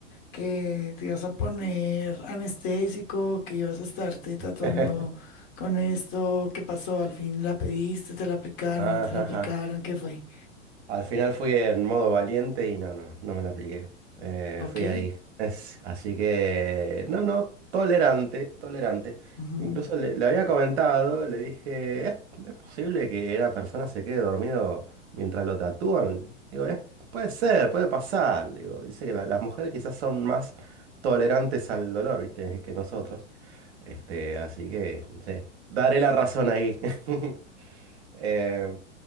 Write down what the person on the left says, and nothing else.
que te ibas a poner anestésico, que ibas a estarte tatuando
con esto, ¿qué pasó? Al fin la pediste, te la aplicaron,
no te la aplicaron,
¿qué fue?
Ok,
ujú,